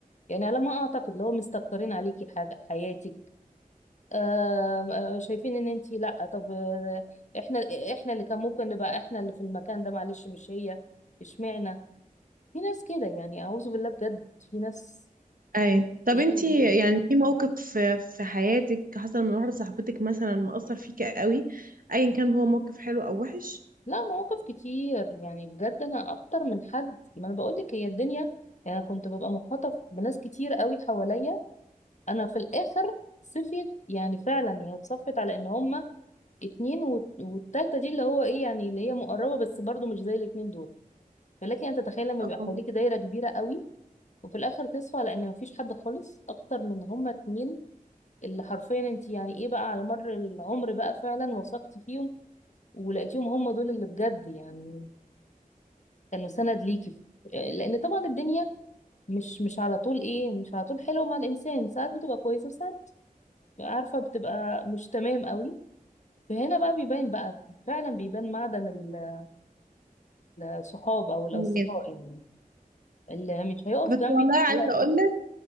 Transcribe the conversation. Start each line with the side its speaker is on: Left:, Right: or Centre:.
Left: يعني على ما اعتقد اللي هو مستكترين عليكي حاجه حياتك آه آه، شايفين ان انت لا طب آه، احنا احنا اللي كان ممكن نبقى احنا اللي في المكان ده معلش مش هي اشمعنى في ناس كده يعني اعوذ بالله بجد في ناس
Right: اي طب
Left: سيئين
Right: انتي
Left: جدا
Right: يعني في موقف في في حياتك حصل من واحده صاحبتك مثلا مأثر فيكي قوي ايا كان هو موقف حلو او وحش
Left: لا مواقف كتير يعني بجد انا اكتر من حد ما انا بقول لك هي الدنيا يعني أنا كنت ببقى مخاطف بناس كتير قوي حواليا انا في الاخر صفيت يعني فعلا يعني اتصفت على ان هما اتنين وت- والتالتة دي اللي هو ايه يعني اللي هي مقربة بس برضو مش زي الاتنين دول فلكن انت تتخيل لما
Right: أو-
Left: يبقى حواليك دايرة كبيرة قوي وفي الاخر تصفى على ان مفيش حد خالص اكتر من هما اتنين اللي حرفيا انت يعني ايه بقى على مر العمر بقى فعلا وثقت فيهم ولقيتيهم هما دول اللي بجد يعني كانوا سند ليكي لان طبعا الدنيا مش مش على طول ايه مش على طول حلوه مع الانسان ساعات بتبقى كويسه وساعات عارفه بتبقى مش تمام قوي فهنا بقى بيبان بقى فعلا بيبان معدن ال- الصحاب او الاصدقاء
Right: أو-
Left: يعني اللي مش هيقف
Right: بس
Left: جنبك
Right: والله
Left: في
Right: عايزه
Left: الوقت
Right: اقول
Left: ده